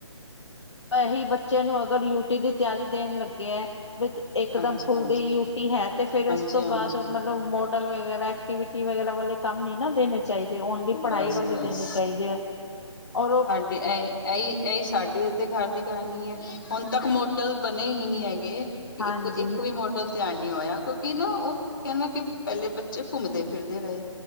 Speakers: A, on the left; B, on the left.
A: ਇਹੀ ਬੱਚੇ ਨੂੰ ਅਗਰ ਯੂਟੀ ਦੀ ਤਿਆਰੀ ਦੇਣ ਲੱਗੇ ਐ। ਇਕ
B: ਹਾਂਜੀ-ਹਾਂਜੀ
A: ਦਮ ਖੁੱਲਦੀ ਯੂਟੀ ਹੈ, ਤੇ ਫੇਰ
B: ਹਾਂਜੀ-ਹਾਂਜੀ,
A: ਇਸ ਤੋਂ ਬਾਅਦ ਮਤਲਬ ਮ ਡਲ ਵਗੈਰਾ ਐਕਟੀਵਿਟੀ ਵਗੈਰਾ ਵਾਲੇ ਕੰਮ ਨੀ ਨਾ ਦੇਣੇ ਚਾਹੀਦੇ ਓਨਲੀ ਪੜ੍ਹਾਈ
B: ਬਸ-ਬਸ,
A: ਵਾਲੇ ਦੇਣੇ ਚਾਹੀਦੇ ਐ ਔਰ ਉਹ
B: ਇਹੀ-ਇਹੀ ਸਾਡੇ ਅੱਦੇ ਘਰ ਦੀ ਕਹਾਣੀ ਐ। ਹੁਣ ਤੱਕ ਮੋਡਲ ਬਣੇ ਹੀ ਨਹੀਂ ਹੈਗੇ, ਇੱਕ-ਇੱਕ
A: ਹਾਂਜੀ
B: ਵੀ ਮੋਡਲ ਪਲ ਧਿਆਨ ਨਹੀਂ ਹੋਇਆ ਕਿਉਂਕਿ ਨਾ ਉਹ ਕਹਿੰਦੇ ਕਿ ਪਹਿਲੇ ਬੱਚੇ ਘੁੰਮਦੇ ਫਿਰਦੇ ਰਹੇ